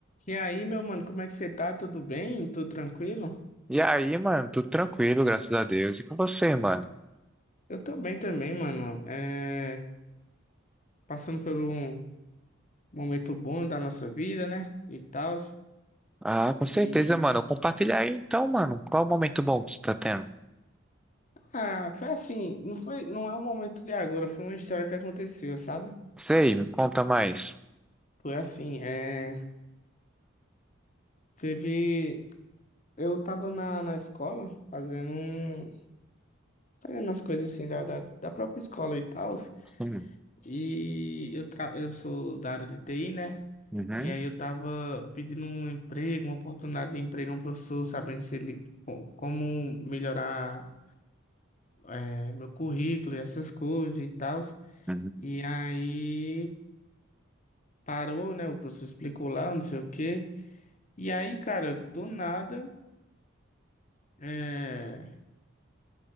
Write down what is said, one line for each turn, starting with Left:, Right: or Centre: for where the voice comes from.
Left: E aí, meu mano, como é que você tá? Tudo bem? Tudo tranquilo?
Centre: E aí, mano, tudo tranquilo, graças a Deus. E com você, mano?
Left: Eu tô bem também, mano. É, Passando por um momento bom da nossa vida, né? E tal.
Centre: Ah, com certeza,
Left: E.
Centre: mano. Compartilha aí então, mano. Qual o momento bom que você tá tendo?
Left: Ah, foi assim. Não foi... não é um momento de agora, foi uma história que aconteceu, sabe?
Centre: Sei, me conta mais.
Left: Foi assim. É... Teve. Eu tava na, na escola fazendo um. Fazendo as coisas assim da, da, da própria escola e tal.
Centre: Hum,
Left: E eu, tra... eu sou da área de TI, né?
Centre: uhum,
Left: E aí eu tava pedindo um emprego, uma oportunidade de emprego a um professor, sabendo se ele co- como melhorar eh, meu currículo e essas coisas e tal.
Centre: uhum.
Left: E aí parou, né? O professor explicou lá, não sei o quê. E aí, cara, do nada, eh,